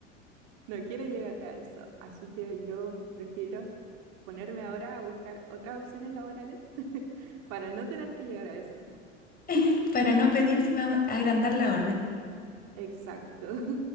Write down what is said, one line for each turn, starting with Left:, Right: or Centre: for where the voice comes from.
Right: No quiero llegar a eso, así que yo prefiero ponerme ahora a buscar otras opciones laborales <laughs> para no tener que llegar a eso.
Left: <laughs> Para no pedir, si va a agrandar la orden.
Right: Exacto.